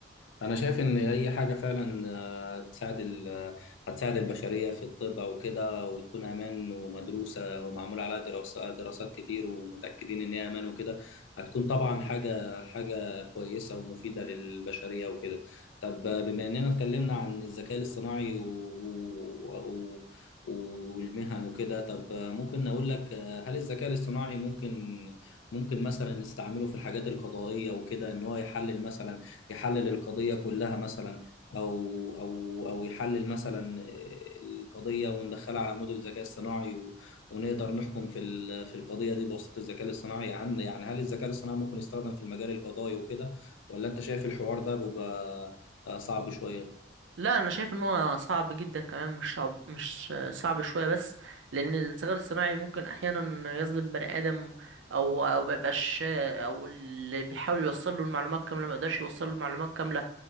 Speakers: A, on the left; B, on the right.
A: انا شايف ان هي حاجه فعلا آه، تساعد ال- آه، هتساعد البشريه في الطب او كده وتكون امان ومدروسه ومعمول عليها دراسات دراسات كتير ومتاكدين ان هي امان وكده هتكون طبعا حاجه حاجه كويسه ومفيده للبشريه وكده طب آه، بما اننا اتكلمنا عن الذكاء الاصطناعي و... و... و... والمهن وكده طب آه، ممكن اقول لك آه، هل الذكاء الاصطناعي ممكن ممكن مثلا نستعمله في الحاجات القضائيه وكده ان هو يحلل مثلا يحلل القضية كلها مثلا أو أو أو يحلل مثلا القضية وندخلها على موديل ذكاء اصطناعي و- ونقدر نحكم في ال- في القضية دي بواسطة الذكاء الاصطناعي يعني يعني هل الذكاء الاصطناعي ممكن يستخدم في المجال القضائي وكده ولا أنت شايف الحوار ده بيبقى آه، صعب شوية؟
B: لا انا شايف ان هو صعب جدا كمان مش صعب مش صعب شويه بس لان الذكاء الاصطناعي ممكن احيانا يظلم بني ادم او او ما يبقاش او اللي بيحاول يوصل له المعلومات كامله ما يقدرش يوصل له المعلومات كامله